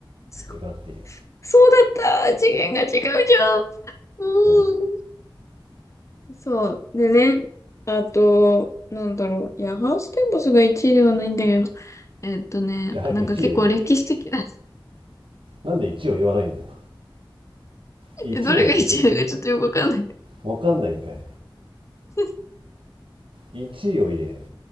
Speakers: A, on the left (about 35°); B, on the right (about 85°).
A: すごい
B: 行かなくていいよ
A: そうだった。次元が違うじゃん。うーん。
B: うん
A: そう。でね、あと、なんだろう。いや、ハウステンボスが1位ではないんだけど。えっとね、
B: じゃあ早く1位言えよ
A: なんか結構歴史的な
B: なんで一位を言わないんだよ
A: <laughs>
B: 1を言ってくれよ
A: どれが1位だかちょっとよくわかんない。
B: わかんないんかい
A: <laughs>
B: 1位を言え